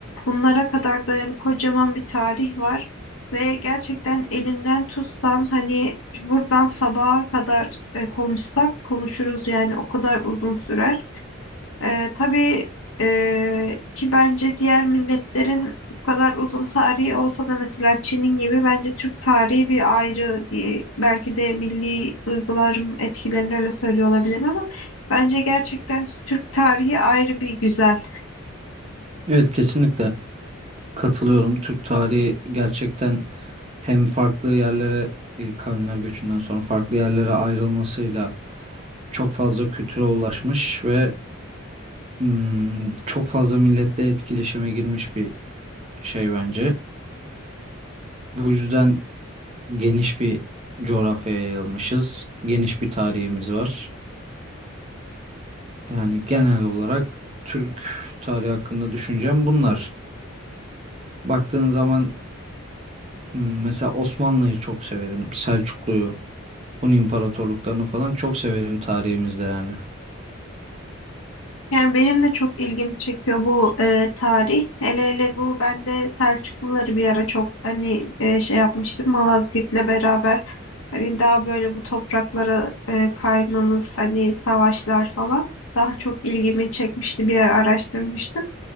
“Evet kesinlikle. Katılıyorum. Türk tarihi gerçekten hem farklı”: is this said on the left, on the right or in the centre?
Right